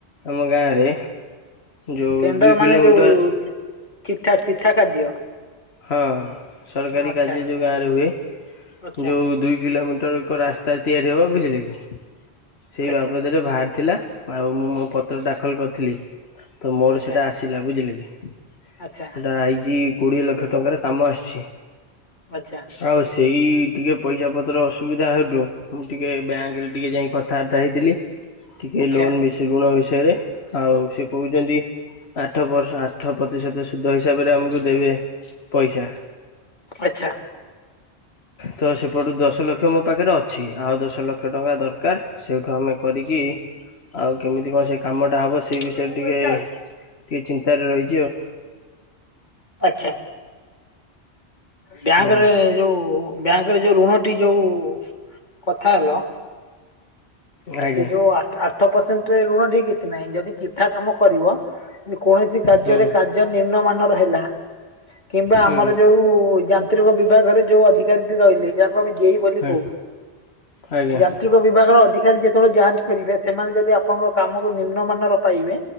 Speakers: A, on the left; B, on the left.
A: ଆମ ଗାଁରେ ଯୋଉ
B: ଟେଣ୍ଡର୍
A: ଦୁଇ କିଲୋମିଟର
B: ମାନେ ଯୋଉ ଚିଠା ଚିଠା କାର୍ଯ୍ୟ।
A: ହଁ ସରକାରୀ
B: ଆଚ୍ଛା
A: କାର୍ଯ୍ୟ ଯୋଉ ଗାଁରେ ହୁଏ
B: ଆଚ୍ଛା
A: ଯୋଉ ଦୁଇ କିଲୋ <unintelligible> ରାସ୍ତା ତିଆରି ହବ ବୁଝିଲେ କି ସେଇ
B: ଆଚ୍ଛା
A: ବାବଦରେ ଭା ଥିଲା ଆଉ ମୁଁ ମୋ ପତ୍ର ଦାଖଲ କରିଥିଲି ତ ମୋର
B: ଆଚ୍ଛା
A: ସେଇଟା ଆସିଲା ବୁଝିଲେ କି?
B: ଆଚ୍ଛା
A: ସେଟା ଆଇଚି କୋଡ଼ିଏ ଲକ୍ଷ ଟଙ୍କାର କାମ ଆସିଚି
B: ଆଚ୍ଛା
A: ଆଉ ସେଇ ଟିକେ ପଇସା ପତ୍ର ଅସୁବିଧା ହେଟୁ ମୁଁ ଟିକେ ବ୍ୟାଙ୍କ ରେ ଟିକେ ଯାଇ କଥାବାର୍ତ୍ତା ହେଇଥିଲି। ଟିକେ
B: ଆଚ୍ଛା
A: ଲୋନ୍ ବେଶୀ ଋଣ ବିଷୟରେ ଆଉ ସେ କହୁଛନ୍ତି ଆଠ ପର ଆଠ ପ୍ରତିଶତ ସୁଧ ହିସାବରେ ଆମକୁ ଦେବେ ପଇସା।
B: ଆଚ୍ଛା।
A: ତ ସେପଟୁ ଦଶ ଲକ୍ଷ ମୋ ପାଖରେ ଅ ଅଛି ଆଉ ଦଶ ଲକ୍ଷ ଟଙ୍କା ଦରକାର ସେଇଠୁ ଆମେ କରିକି ଆଉ କେମିତି କଣ ସେ କାମଟା ହବ ସେ
B: ଆଚ୍ଛା
A: ବିଷୟରେ ଟିକେ ଟିକେ ଚିନ୍ତାରେ ରହି
B: ଆଚ୍ଛା। ବ୍ୟାଙ୍କ୍
A: ହୁଁ
B: ରେ ଯୋଉ ବ୍ୟାଙ୍କ୍ ରେ ଯୋଉ ଋଣଟି ଯୋଉ କଥା ହେଲ। ଆ,
A: ଆଜ୍ଞା
B: ସେ ଯୋଉ ଆଟ ଆଠ ପରସେଣ୍ଟେ ଋଣ ଠି କିଛି ନାହିଁ। ଯଦି ଚିଠା କାମ କରିବ କି କୌଣସି କାର୍ଯ୍ୟରେ
A: ହୁଁ
B: କାର୍ଯ୍ୟ ନିମ୍ନ ମାନର ହେଲା। କିମ୍ବା
A: ହୁଁ।
B: ଆମର ଯୋଉ ଯାନ୍ ନ୍ତ୍ରିକ ବିଭାଗରେ ଯୋଉ ଅଧିକାରୀଟି ରହିଲେ। ଯା ତାକୁ ଆମେ ଜେଇ ବୋଲି
A: ଆ
B: କଉ।
A: ଆଜ୍ଞା
B: ଯାନ୍ତ୍ରିକ ବିଭାଗର ଅ <unintelligible> ଯେତେବେଳେ ଯାଞ୍ଚ କରିବେ ସେମାନେ ଯଦି ଆପଣଙ୍କ କାମକୁ ନିମ୍ନ ମାନର ପାଇବେ।